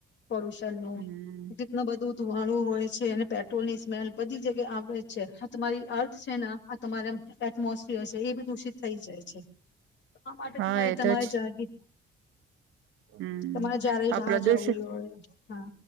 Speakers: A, on the left (about 65°); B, on the right (about 80°).
A: પોલ્યુશન નું
B: હમ
A: રીતનું બધું. ધુવાણું હોય છે અનેને પેટ્રોલ ની સ્મેલ બધી જગ્યાએ આવેે છે આ તમારી અર્થ છે ને આ તમારે મોસવી હ છે એ બી દૂષિત થઈ જાય છે. આ માટે
B: હા
A: તમારે
B: એ
A: તમારે
B: તો જ
A: જાગી
B: હમ
A: તમારે જ્યારે
B: આ
A: બહાર
B: પ્રદૂષણ
A: જવું હોય હા